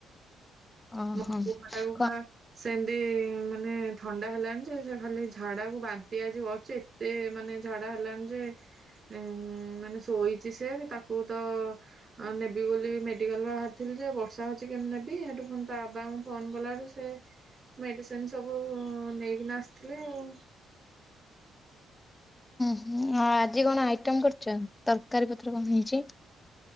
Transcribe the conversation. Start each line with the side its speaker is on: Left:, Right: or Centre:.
Left: ଓହୋ।
Right: <unintelligible> ମୁଁ କମା
Left: କ
Right: ଟା। ସେମିତି ମାନେ ଥଣ୍ଡା ହେଲାଣି ଯେ ସେ ଖାଲି ଝାଡାକୁ ବାନ୍ତି ଆଜି କରଛି। ଏତେ ମାନେ ଝାଡା ହେଲାଣି ଯେ ଉ ମାନେ ଶୋଇଛି ସେ ତାକୁ ତ ଆ ନେବି ବୋଲି ମେଡିକାଲ ବାହାରିଥିଲି ଯେ ବର୍ଷା ହଉଛି କେମିତି ନେବି ସେଠୁ ଫୁ ବାବାଙ୍କୁ ଫୋନ କଲାାରୁ ସେ ମେଡିସିନ ସବୁ ନେଇକିନା ଆସିଥିଲେ ଆଉ।
Left: ହୁଁଁ ଆଜି କଣ ଆଇଟମ କରୁଛ ତରକାରୀ ପତ୍ର କଣ ହେଇଛି?